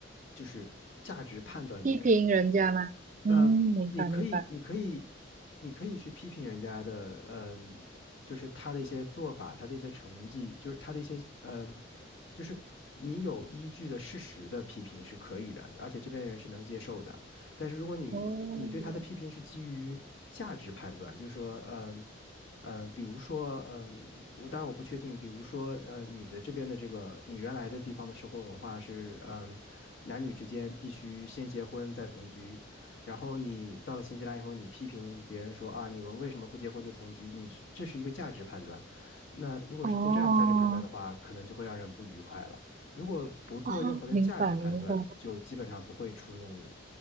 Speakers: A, on the left (about 75°); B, on the right (about 40°).
A: 就是价值判断别人。
B: 批评人家嘛，嗯，
A: 呃，
B: 明白明白，
A: 你可以，你可以，你可以去批评人家的，嗯、就是他的一些做法，他的一些成绩，就是他的一些，嗯、就是你有依据的事实的批评是可以的，而且这边人是能接受的。但是如果你你对他的批评是基于价值判断，
B: 哦
A: 就是说，嗯、嗯、呃比如说，嗯、我当然我不确定，比如说，呃，你的这边的这个，你原来的地方的社会文化是，嗯、男女之间必须先结婚再同居，然后你到了新西兰以后，你批评别人说啊，你们为什么不结婚就同居？你是这是一个价值判断。那如果是做这样的价值判断的话，
B: 哦
A: 可能就会让人不愉快了。如果不做任何的价值判断，
B: 哦，明白明白，
A: 就基本上不会触怒，